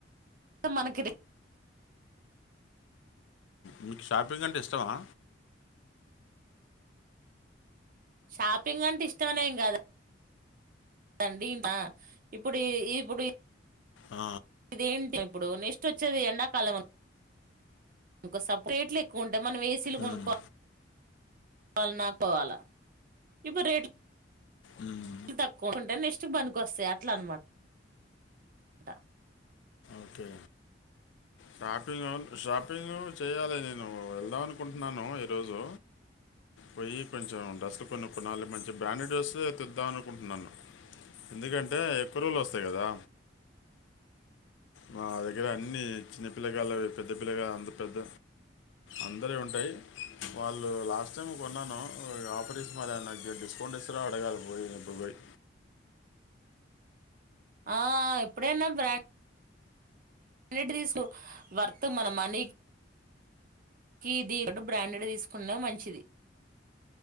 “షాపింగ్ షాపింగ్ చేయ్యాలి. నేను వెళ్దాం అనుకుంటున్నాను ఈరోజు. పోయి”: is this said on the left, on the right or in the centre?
Left